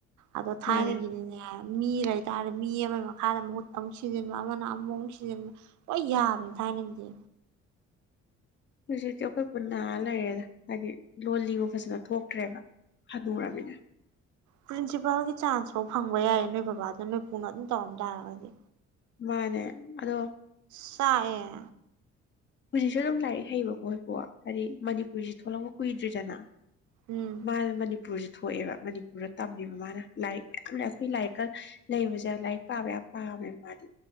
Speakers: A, on the right (about 75°); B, on the left (about 40°).
A: ꯑꯗꯣ ꯊꯥꯏꯅꯒꯤꯗꯤꯅꯦ
B: ꯃꯥꯅꯦ
A: ꯃꯤ ꯂꯩꯇꯥꯥꯔꯗꯤ ꯃꯤ ꯑꯃꯒꯤ ꯃꯈꯥꯗ ꯃꯍꯨꯠ ꯑꯃꯨꯛ ꯁꯤꯖꯤꯟꯕ ꯑꯃꯅ ꯑꯃꯨꯃꯨꯛ ꯁꯤꯖꯟꯕ ꯂꯣꯏ ꯌꯥꯕꯅꯦ ꯊꯥꯏꯅꯗꯤ
B: ꯍꯧꯖꯤꯛꯇꯤ ꯑꯩꯈꯣꯏ ꯄꯨ ꯅꯔꯥ ꯂꯩꯔꯦꯗ ꯍꯥꯏꯗꯤ ꯂꯣꯟ ꯂꯤꯕꯨ ꯐꯖꯅ ꯊꯣꯛꯇ꯭ꯔꯦꯕ ꯍꯅꯨꯔꯝꯅꯤꯅ
A: ꯄ꯭ꯔꯤꯟꯁꯤꯄꯜꯒꯤ ꯆꯥꯟꯁ ꯐꯧ ꯐꯪꯕ ꯌꯥꯏꯌꯦ ꯅꯣꯏ ꯕꯕꯥꯗꯣ ꯅꯣꯏ ꯄꯨꯅ ꯑꯗꯨꯝ ꯇꯧꯔꯝ ꯇꯥꯔꯒꯗꯤ
B: ꯃꯥꯅꯦ ꯑꯗꯣ
A: ꯁꯥꯏꯌꯦ
B: ꯍꯧꯖꯤꯛꯁꯨ ꯑꯗꯨꯝ ꯂꯥꯏꯔꯤꯛ ꯍꯩꯕ ꯀꯣꯢꯄꯣ ꯍꯥꯏꯗꯤ ꯃꯅꯤꯄꯨꯔꯤꯁꯤ ꯊꯣꯛꯂꯛꯕ ꯀꯨꯏ ꯇ꯭ꯔꯤꯖꯅ
A: ꯎꯝ
B: ꯃꯥꯥꯏꯗ ꯃꯅꯤꯄꯨꯔꯖ ꯊꯣꯛꯑꯦꯕ ꯃꯅꯤ ꯄꯨꯔꯥ ꯇꯝꯃꯤꯕ ꯃꯥꯅ ꯂꯥꯏꯔꯤꯛ ꯌꯥꯝ ꯂꯩ ꯑꯈꯣꯏ ꯂꯥꯏꯔꯤꯛꯀ ꯂꯩꯕꯖꯦ ꯂꯥꯏꯔꯤꯛ ꯄꯥꯕ ꯌꯥꯝ ꯄꯥꯝꯃꯦ ꯃꯥꯗꯤ